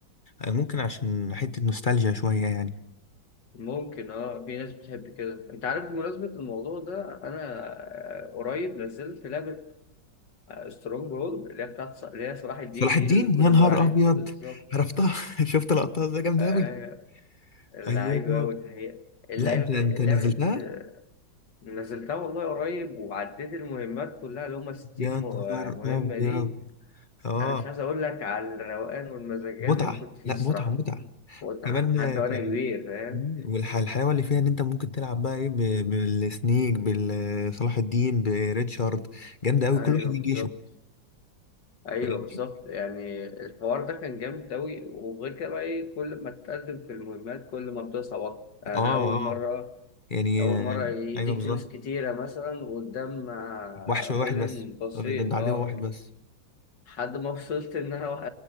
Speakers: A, on the left; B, on the left.
A: ممكن عشان حتة نوستالجيا شوية يعني
B: ممكن اه في ناس بتحب كده انت عارف بمناسبه الموضوع ده انا آه، قريب نزلت لعبه سترونج هولد اللي هي بتاعت ص- اللي هي صلاح الدين
A: صلاح الدين
B: دي اللي
A: يا
B: كنا
A: نهار
B: بنقول عليها
A: ابيض
B: بالظبط
A: عرفتها <laughs> شفت لقطات ده جامدة
B: آه،
A: اوي
B: اللعيبه
A: ايوه
B: قوي الحقيقه اللعبة
A: لا انت انت
B: اللعبة
A: نزلتها
B: دي كنت نزلتها والله قريب وعديت المهمات كلها اللي هم 60
A: يا نهار
B: مه- مهمة
A: ابيض
B: دي
A: اه
B: أنا مش عايز أقول لك على الروقان والمزاجان
A: متعه
B: اللي كنت فيه
A: لا
B: الصراحة
A: متعه متعه
B: متعة
A: كمان
B: حتى وأنا
A: كان
B: كبير فاهم
A: والحلاوه اللي فيها ان انت ممكن تلعب بقى ايه ب- بالسنيك بصلاح الدين بريتشارد جامده قوي
B: أيوه
A: كل واحد ليه
B: بالظبط
A: جيشه
B: أيوه
A: فاهم؟
B: بالظبط يعني الحوار ده كان جامد أوي وغير كده بقى إيه كل ما تتقدم في المهمات كل ما بتصعب أكتر أنا
A: اه
B: أول مرة
A: اه يعني
B: أول
A: آه،
B: مرة يديك
A: ايوه بالظبط
B: فلوس كتيرة مثلا قدام آه،
A: وحش واحد
B: فيلن
A: بس
B: بسيط
A: ولا ده ده عدو
B: أه
A: واحد بس
B: لحد ما وصلت ان انا وا-